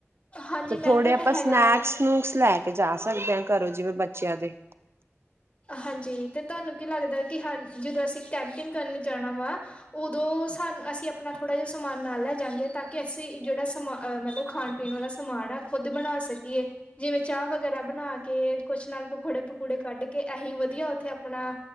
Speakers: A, on the left; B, on the right.
A: ਹਾਂਜੀ
B: ਤੇ
A: ਮਹਿੰਗਾ
B: ਥੋੜੇ ਆਪਾਂ
A: ਤਾਂ ਹੈਗਾ
B: ਸਨੈਕਸ
A: ਵਾ
B: ਸਨੂਕਸ ਲੈ ਕੇ ਜਾ ਸਕਦੇ ਹਾਂ, ਘਰੋਂ ਜਿਵੇਂ ਬੱਚਿਆਂ ਦੇ
A: ਹਾਂਜੀ, ਤੇ ਤੁਹਾਨੂੰ ਕੀ ਲੱਗਦਾ ਕਿ ਹਾਂ, ਜਦੋਂ ਅਸੀਂ ਕੈਂਪਿੰਗ ਕਰਨ ਜਾਣਾ ਵਾ ਉਦੋਂ ਸਾਨੂੰ ਅਸੀਂ ਆਪਣਾ ਥੋੜ੍ਹਾ ਜਿਹਾ ਸਮਾਨ ਨਾ ਲੈ ਜਾਗੇ, ਤਾਂ ਕਿ ਅਸੀਂ ਜਿਹੜਾ ਸਮਾਨ ਅ ਮੱਤਲਬ ਖਾਣ ਪੀਣ ਵਾਲਾ ਸਮਾਨ ਐ, ਖੁਦ ਬਣਾ ਸਕੀਏ ਜਿਵੇਂ ਚਾਹ ਵਗੈਰਾ ਬਣਾ ਕੇ, ਕੁਛ ਨਾਲ ਪਕੌੜੇ ਪਕੂੜੇ ਕੱਢ ਕੇ, ਇਹੀ ਵਧੀਆ ਉੱਥੇ ਆਪਣਾ